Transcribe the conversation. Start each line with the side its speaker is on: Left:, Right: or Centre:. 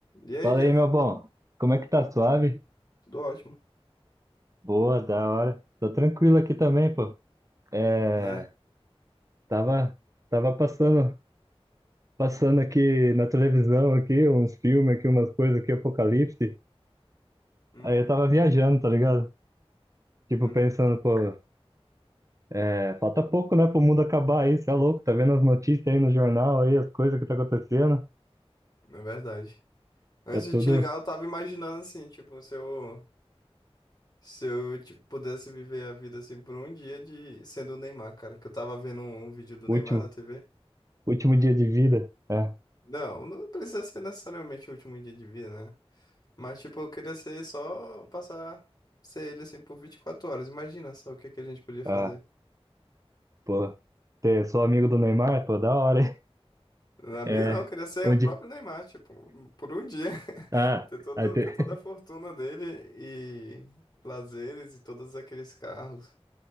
Left: E aí,
Right: Fala
Left: Jeff?
Right: aí, meu bom. Como é que tá? Suave?
Left: Tudo ótimo,
Right: Boa, da hora. Tô tranquilo aqui também, pô. É,
Left: né?
Right: tava, tava passando, passando aqui na televisão aqui, uns filmes aqui, umas coisas aqui, apocalipse.
Left: Hum,
Right: Aí eu tava viajando, tá ligado? Tipo,
Left: uhum,
Right: pensando, pô, é, falta pouco, né, pro mundo acabar aí, cê é louco, tá vendo as notícias aí no jornal aí, as coisas que tá acontecendo.
Left: é verdade. Antes
Right: É tudo
Left: de te ligar, eu tava imaginando assim, tipo, se eu, se eu tipo, pudesse viver a vida assim por um dia de sendo o Neymar, cara, que eu tava vendo um um vídeo do
Right: último,
Left: Neymar na TV.
Right: último dia de vida. É,
Left: Não, não precisa ser necessariamente o último dia de vida, né? Mas tipo, eu queria ser só passar ser ele assim por 24 horas. Imagina só o que é que a gente podia fazer.
Right: ah, pô, ter, sou amigo do Neymar, pô, da hora, hein?
Left: Amigo
Right: É,
Left: não, eu queria ser
Right: um
Left: o
Right: dia.
Left: próprio Neymar, tipo, por um dia. <laughs>
Right: Ah,
Left: Ter toda,
Right: aí te-
Left: ter toda
Right: <laughs>
Left: a fortuna dele e lazeres e todos aqueles carros,